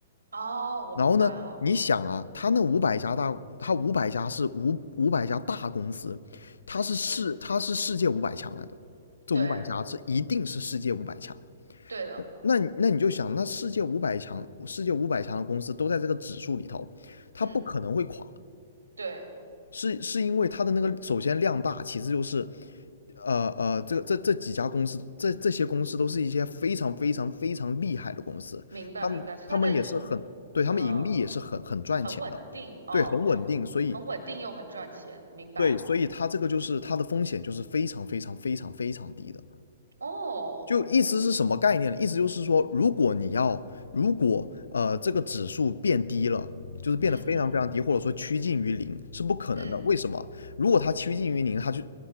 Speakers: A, on the right (about 80°); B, on the left (about 80°).
A: 哦，我明白了，
B: 然后呢，你想啊，他那五百家大，他五百家是五五百家大公司，他是世他是世界五百强来的，
A: 嗯，
B: 这五百家这一定是世界五百强。
A: 对对的，
B: 那你那你就想，那世界五百强，世界五百强的公司都在这个指数里头，它不可能会垮。
A: 嗯对，
B: 是是因为它的那个首先量大，其次就是，呃呃，这个这这几家公司，这这些公司都是一些非常非常非常厉害的公司，
A: 明白明白，
B: 他们他们也是很，
A: 所以它的盈，
B: 对，他们盈利也是很很赚钱的，
A: 嗯，很稳定哦，
B: 对，很稳定，所以
A: 很稳定又很赚钱，明白
B: 对，所以它这个就是它的风险就是非常非常非常非常低的，
A: 哦，
B: 就意思是什么概念呢？意思就是说，如果你要，如果呃这个指数变低了，就是变得非常非常低，
A: 嗯嗯
B: 或者说趋近于零，是不可能的。
A: 嗯
B: 为什么？如果它趋近于零，它就